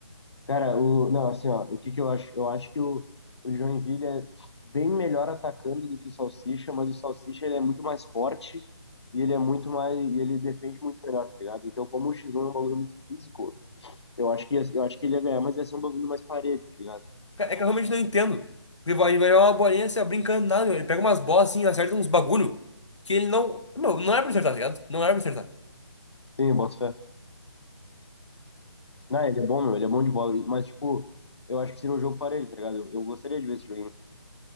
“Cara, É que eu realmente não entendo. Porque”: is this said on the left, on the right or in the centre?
Left